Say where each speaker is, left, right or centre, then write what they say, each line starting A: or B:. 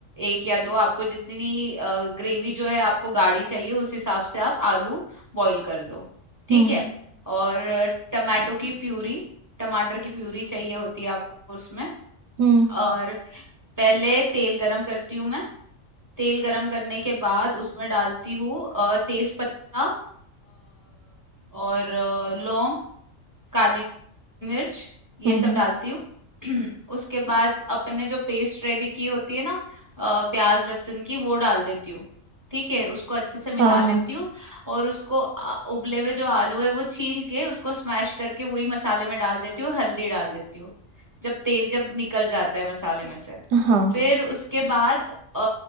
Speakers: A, on the right; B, on the right.
A: एक या दो आपको जितनी ग्रेवी जो है आपको गाढ़ी चाहिए उस हिसाब से आप आलू बॉईल कर लो ठीक
B: हम्म
A: है और टमाटो की प्यूरी टमाटर की प्यूरी चाहिए होती है आपको उसमें
B: हम्म
A: और पहले तेल गरम करती हूँ मैं तेल गरम करने के बाद उसमें डालती हूँ तेज पत्ता और अ, लौंग काली मिर्च ये
B: हम्म
A: सब
B: हम्म,
A: डालती हूँ <clears throat> उसके बाद अपन ने जो पेस्ट रेडी की होती है ना अ, प्याज लहसुन की वो डाल देती हूँ ठीक है उसको अच्छे से मिला
B: हाँ
A: लेती
B: हाँ
A: हूँ और उसको आ- उबले हुए जो आलू है वो छील के उसको स्मैश करके वही मसाले में डाल देती हूँ और हल्दी डाल देती हूँ जब तेल जब निकल जाता है मसाले में से
B: हाँ
A: फिर उसके बाद अ,